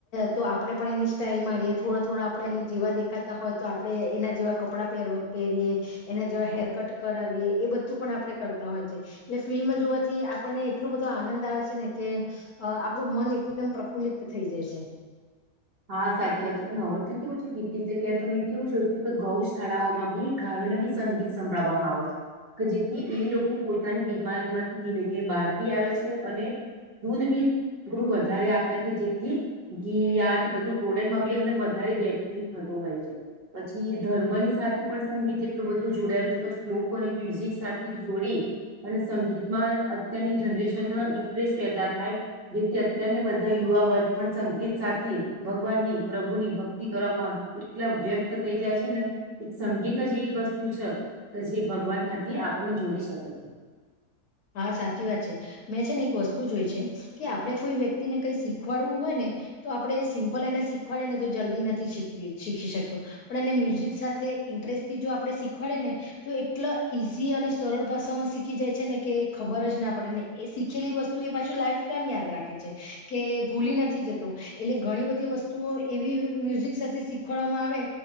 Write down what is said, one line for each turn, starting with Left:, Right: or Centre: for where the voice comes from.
Left: તો આપણેે પણ એની સ્ટાઈલ મારીએ થોડા થોડા આપણે એની જેવા દેખાતા હોય તો આપણે એના જેવા કપડાં પર પહેરીએ એના જેવા હેરકટ કરાવીએ એ બધું પણ આપણે કરતા હોય છે એટલે ફિલ્મ જોવાથી આપણને એટલું બધો આનંદ આવે છે ને કે અ આપણું મન એકદમ પ્રફુલ્લિત થઈ જાય છે.
Right: હા સાચીવાત છે અને હવે તો કેવું છે કેટલીક જગ્યાએ તમે કેવું જોયું છે કે ગૌશાળાઓમાં બી ગાયોને બી સંગીત સંભળાવવામાં આવે છે કે જેથી એ લોકો પોતાની બીમારીમાંથી ધીમે ધીમે બહાર બી આવે છે અને દૂધ બી થોડું વધારે આપે છે જેથી બધું પ્રોડક્ટમાં બી એમને વધારે બેનિફિટ થતું હોય છે પછી ધર્મની સાથે પણ સંગીત એટલું બધું જોડાયેલું છે કે ને મ્યુઝિક સાથે જોડી અને સંગીતમાં અત્યારની જનરેશનમાં ઇન્ટરેસ્ટ પેદા થાય જેથી અત્યારના બધા યુવા વર્ગ પણ સંગીત સાથે ભગવાન ની પ્રભુ ની ભક્તિ કરવામાં એકલમ વ્યક્ત થઈ જાય છે ને એક સંગીત જેવી વસ્તુ છે. તે ભગવાન સાથેથી આપણને જોડી શકે છે.
Left: હા સાચી વાત છે મેં છે ને એક વસ્તુ જોય છે કે આપડે કોઈ વ્યક્તિને કઈ શીખવાડવું હોય ને તો આપડે સિમ્પલ એને શીખવાડે ને તો જલ્દી નથી શીખતી શીખી શકતા. પણ એ મ્યુઝિક સાથે. ઇન્ટરેસ્ટથી જો આપણે શીખવાડેએ ને તો એટલો ઈઝી અને સરળ ભાષામાં શીખી જાય છે ને. કે ખબર જ ના પડે ને એ શીખેલી વસ્તુ એ પાછું લાઈફ ટાઈમ યાદ રાખે છે કે ભૂલી નથી જતો એટલે ઘણી બધી વસ્તુઓ એવી મ્યુઝિક સાથે શીખવાડવામાં આવે